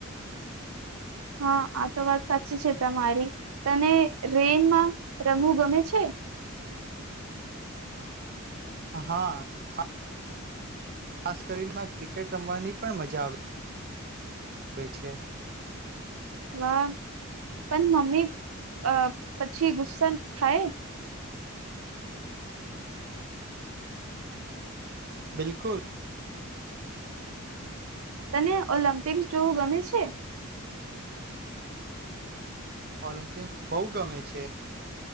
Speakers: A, on the right; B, on the right.
A: હા આ તો વાત સાચી છે તમારી તને રેનમાં રમવું ગમે છે
B: હા ખા ખાસ કરીનેમાં ક્રિકેટ રમવાની પણ મજા આવી પય છે
A: વાહ પણ મમ્મી અ પછી ગુસ્સા થાય
B: બિલકુલ
A: તને ઓલિમ્પિક્સ જોવું ગમે છે
B: ઓલિમ્પિક બહુ ગમે છે